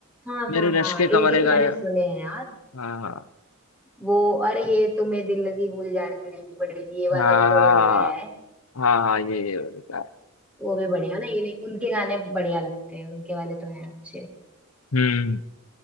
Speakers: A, in the centre; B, on the left (about 85°).
A: हाँ
B: मेरे
A: हाँ हाँ
B: रश के
A: इनके
B: कमरे
A: तो
B: का
A: मैंने
B: है
A: सुने हैं यार
B: हाँ
A: वो अरे ये तुम्हें दिल लगी भूल जानी पड़ेगी ये वाला
B: हाँ
A: भी तो
B: हाँ
A: उन्होंने गाया है
B: हाँ हाँ ये ये उनका है
A: वो भी बढ़िया ना ये उनके गाने बढ़िया लगते हैं उनके वाले तो हैं अच्छे
B: हम्म